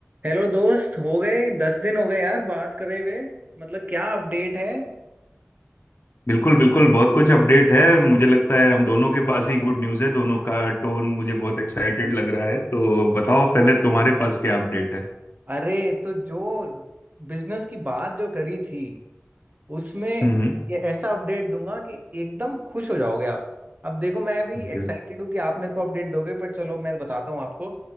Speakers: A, on the right; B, on the left.
A: Hello दोस्त हो गए दस दिन हो गए यार बात करे हुए मतलब क्या अपडेट है
B: बिल्कुल बिल्कुल बहुत कुछ अपडेट है मुझे लगता है हम दोनों के पास ही गुड न्यूज़ है दोनों का टोन मुझे बहुत एक्साइटेड लग रहा है तो बताओ पहले तुम्हारे पास क्या अपडेट है
A: अरे तो जो बिजनेस की बात जो करी थी उसमें
B: हम्म
A: ये ऐसा अपडेट दूंगा कि एकदम खुश हो जाओगे आप अब देखो मैं भी
B: हम्म।
A: एक्साइटेड हूँ कि आप मेरे को अपडेट दोगे पर चलो मैं बताता हूँ आपको